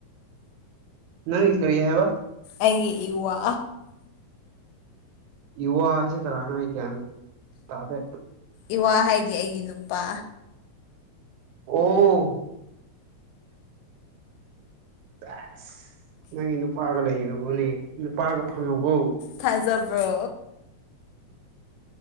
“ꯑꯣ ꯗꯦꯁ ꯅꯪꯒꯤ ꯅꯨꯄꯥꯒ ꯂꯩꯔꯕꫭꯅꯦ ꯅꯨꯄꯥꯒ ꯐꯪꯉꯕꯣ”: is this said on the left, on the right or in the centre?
Right